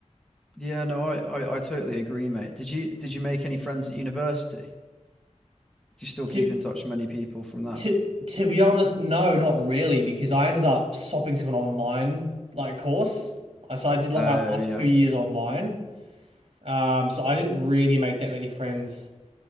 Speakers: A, in the centre; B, on the right.
A: Yeah, no, I, I, I totally agree, mate. Did you, did you make any friends at university? Do you still
B: To
A: keep in touch with many people from that?
B: To to be honest, no, not really, because I ended up swapping to an online like course. Uh, So I did like
A: Oh,
B: my last
A: yeah,
B: two years online. Um, so I didn't really make that many friends